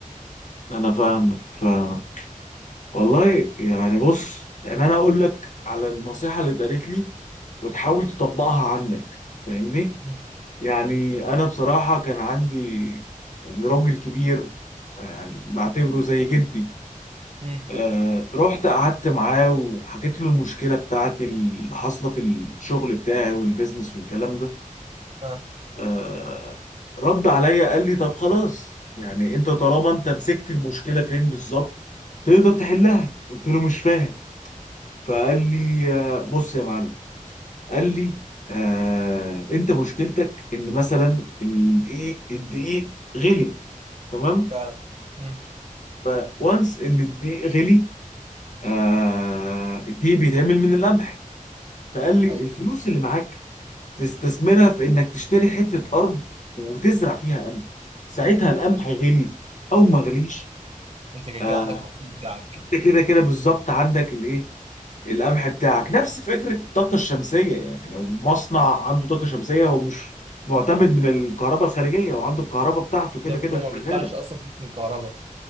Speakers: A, on the left; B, on the right.
A: أنا فاهمك فاهم والله يعني بص يعني انا اقول لك على النصيحه اللي اتقالت لي وتحاول تطبقها عندك فاهمني
B: مم.
A: يعني انا بصراحه كان عندي يعني راجل كبير يعني بعتبره زي جدي
B: مم.
A: آه رحت قعدت معاه وحكيت له المشكله بتاعتي اللي حاصله في الشغل بتاعي والبيزنس والكلام ده
B: ها
A: آه رد عليا قال لي طب خلاص يعني انت طالما انت مسكت المشكله فين بالظبط تقدر تحلها قلت له مش فاهم فقال لي آه، بص يا معلم قال لي آه انت مشكلتك ان مثلا الدقيق الدقيق غلي تمام
B: ف مم.
A: فوانس ان الدقيق غلي آه الدقيق بيتعمل من القمح فقال لي
B: ايوه
A: الفلوس اللي معاك تستثمرها في انك تشتري حتة ارض وتزرع فيها قمح ساعتها القمح غلي او ما غليش
B: انت كده
A: آه
B: كده عندك المحصول بتاعك
A: انت كده كده بالظبط عندك الايه القمح بتاعك نفس فكرة الطاقة الشمسية يعني لو مصنع عنده طاقة شمسية هو مش معتمد من الكهرباء الخارجية وعنده الكهرباء بتاعته كده
B: بالظبط
A: كده
B: هو
A: شغالة
B: ما بيدفعش اصلا فلوس من الكهرباء